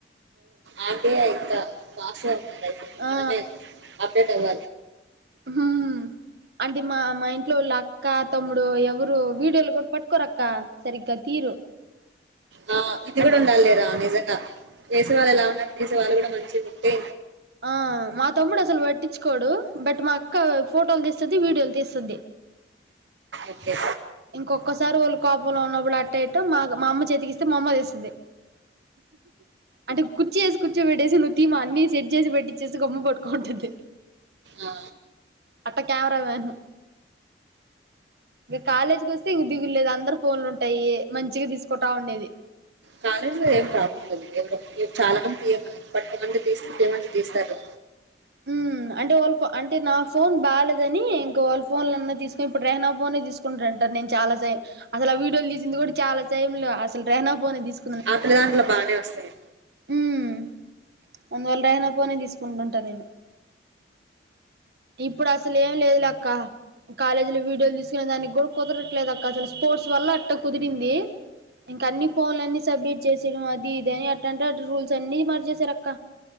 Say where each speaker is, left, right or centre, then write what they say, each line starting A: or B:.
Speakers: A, on the right; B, on the right.
A: ఆగే <unintelligible>
B: ఆ
A: మనదే అప్ రేప్ వెళ్ళ
B: హ్మ్ అంటే మా మా ఇంట్లో వాళ్ళ అక్క తమ్ముడు ఎవరు వీడియోలు కూడా పట్టుకోరక్క సరిగ్గా తీరు
A: ఆ ఇది
B: అం
A: కూడా ఉండాలి లేరా నిజంగా చేసే వాళ్ళు ఎలా ఉన్నారు తీసేవాళ్ళు కూడా మంచిగా ఉంటే
B: ఆ మా తమ్ముడు అసలు వట్టించుకోడు బట్ మా అక్క ఫోటోలు తీస్తుది వీడియోలు తీస్తుది
A: ఓకే.
B: ఇంకొక్కసారి వాళ్ళు కోపంలో ఉన్నప్పుడు అట్టట్ట మా మా అమ్మ చేతికిస్తే మా అమ్మ తెస్తుంది అంటే కుర్చీసి కుర్చీ పెట్టేసి నువ్వు థీమా అన్ని సెట్ చేసి పెట్టించేసి గమ్మ పట్టుంటుంది
A: ఆ!
B: అట్ట కెమెరా మ్యాన్ కాలేజీకి వస్తే ఇ దిగులేదు అందరు ఫోన్లు ఉంటాయి మంచిగా తీసుకుంటా ఉండేది
A: కాలేజీ లో ఏం ప్రాబ్లం లేదు ఎవరు చాలా మంది తీయమ పట్టుక మంది తీస్ తీయ్యమంటే తీస్తారు
B: మ్మ్ అంటే వాళ్ళ ఫో అంటే నా ఫోన్ బాలలేదని ఇంకా వాళ్ళ ఫోన్లన్నా తీసుకుొని ఇప్పుడు రెహనా ఫోనే తీసుకుంటార అంటారు నేను చాలాై అస ఆ వీడియోలు తీసింది కూడా చాలా సైమ్ంలో అసలు రెహనా ఫోనే తీసుకు
A: అట్డ దాంట్లో బాగానే వస్తాయి
B: మ్మ్ అందువల్ల రాయానా ఫోనే తీసుకుంటుంటాను నేను ఇప్పుడు అసలు ఏం లేదు అక్క కాలేజీ లో వీడియోలు తీసుకునే దానికి కూడా కుదరట్లేదు అక్క అసలు స్పోర్ట్స్ వల్ల అట్ట కుదిరింది ఇంకా అన్ని ఫోన్లు అన్ని సబ్మిట్ చేసేయడం అది ఇదిని అట్ట అంటే అ రూల్స్ అన్ని మరిచేసారు అక్క